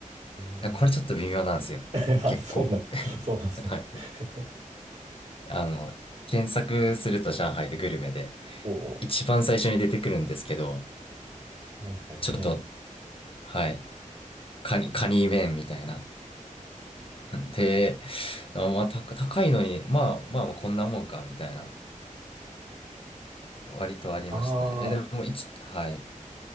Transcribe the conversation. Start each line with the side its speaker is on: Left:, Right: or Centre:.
Right: <laughs> えー
Left: やこれちょっと微妙なんですよ。
Right: <laughs> あ、
Left: 結構。
Right: そうなん、そうなんですね。
Left: はい。
Right: <laughs>
Left: あの、検索すると上海でグルメで、
Right: おー
Left: 一番最初に出てくるんですけど、
Right: 上海麺。
Left: ちょっとはい。カニ、カニ麺みたいな。<laughs> で、あまあ、た、高いのに、まあまあまあこんなもんか、みたいな。割とありましたね。
Right: あー、
Left: え、でも、一、はい。